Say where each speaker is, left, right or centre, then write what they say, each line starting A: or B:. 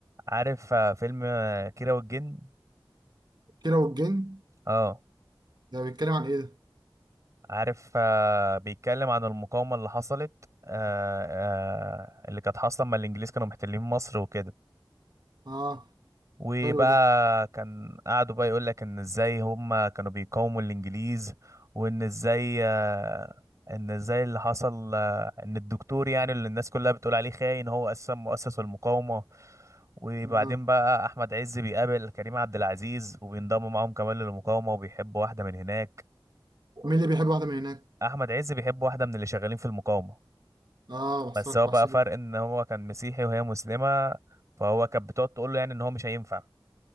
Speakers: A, on the right (about 35°); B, on the right (about 55°).
A: عارف آه فيلم آه كيرة والجن
B: كيرة والجن
A: اه
B: ده بيتكلم عن ايه ده
A: عارف آه بيتكلم عن المقاومه اللي حصلت آه آه اللي كانت حاصله لما الانجليز كانوا محتلين مصر وكده
B: اه
A: وبقى
B: حلو ده
A: كان قعدوا بقى يقول لك ان ازاي هم كانوا بيقاوموا الانجليز وان ازاي آه، ان ازاي اللي حصل آه، ان الدكتور يعني اللي الناس كلها بتقول عليه خاين هو اساسا مؤسس المقاومة وبعدين
B: اه
A: بقى احمد عز بيقابل كريم عبد العزيز وبينضم معاهم كمان للمقاومة وبيحب واحدة من هناك
B: مين اللي بيحب واحده من هناك
A: احمد عز بيحب واحدة من اللي شغالين في المقاومة
B: اه بحسك
A: بس هو بقى
B: بحسك
A: فرق ان هو كان مسيحي وهي مسلمة فهو كانت بتقعد تقول له يعني ان هو مش هينفع